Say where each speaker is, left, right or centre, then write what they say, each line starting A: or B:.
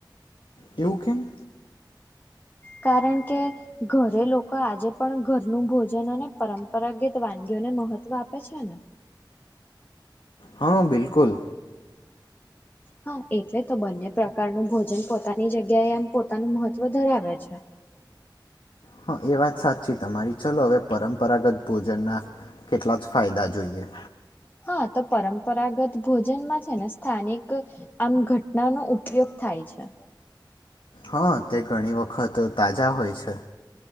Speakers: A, on the left; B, on the left.
A: એવું કેમ
B: કારણ કે ઘરે લોકો આજે પણ ઘરનું ભોજન અને પરંપરાગત વાનગીઓને મહત્વ આપે છે ને
A: હા બિલકુલ
B: હા એટલે તો બંને પ્રકારનું ભોજન પોતાની જગ્યાએ એમ પોતાનું મહત્ત્વ ધરાવે છે
A: હ એ વાત સાચી પછી તમારી ચાલલો હવે પરં અ પરાગત ભોજન કેટલા જ ફાયદા જોઈએ
B: હા તો પરંપરાગત ભોજનમાં છે ને સ્થાનિક આમ ઘટના નો ઉપયોગ થાય છે
A: હા તે ઘણી વખત તાજા હોય છે